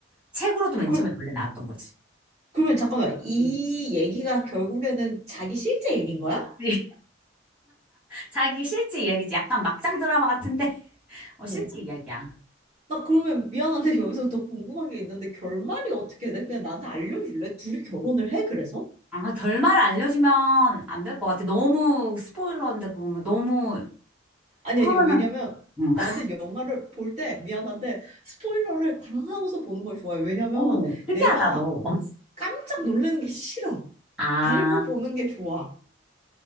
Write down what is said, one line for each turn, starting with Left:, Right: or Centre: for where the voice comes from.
Centre: 책으로도 맨
Right: 그럼,
Centre: 처음에 원래 나왔던 거지.
Right: 그러면 잠깐만. 이
Centre: 음.
Right: 얘기가 결국에는 자기 실제 얘기인 거야?
Centre: <laughs> 자기 실제 이야기지. 약간 막장 드라마 같은데, <laughs> 어,
Right: 어.
Centre: 실제 이야기야.
Right: 나 그러면 미안한데 여기서 더 궁금한 게 있는데 결말이 어떻게 돼? 그냥 나한테 알려줄래? 둘이 결혼을 해, 그래서?
Centre: 아, 결말을 알려주면 안 될 것 같아. 너무 스포일러인데, 그러면 너무,
Right: 아니,
Centre: 그러면은,
Right: 아니, 왜냐면
Centre: 응. <laughs>
Right: 나는 영화를 볼 때 미안한데 스포일러를 당하고서 보는 걸 좋아해. 왜냐면
Centre: 어머, 특이하다,
Right: 내가
Centre: 너. <laughs>
Right: 깜짝 놀라는 게 싫어.
Centre: 아,
Right: 알고 보는 게 좋아.